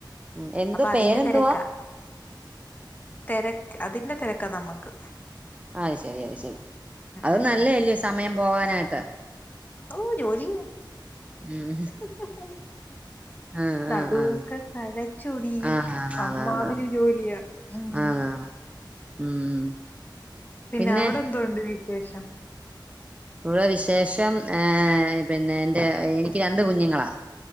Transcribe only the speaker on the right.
ഉം എന്തോ
പേരെന്തുവാ
അയ് ശരി അയ്‌ ശരി. അത്
നല്ലലേ
സമയം പോവാനായിട്ട്.
ഉം
ആഹ്
ആഹ് ആഹ്
ആഹ് ആഹ്
ആഹ് ആഹ്
ആഹ് ആഹ് ഉം
പിന്നെ
ഇവ വിശേഷം ഏ പിന്നെ എന്റെ എനിക്ക് രണ്ട് കുഞ്ഞുങ്ങളാ.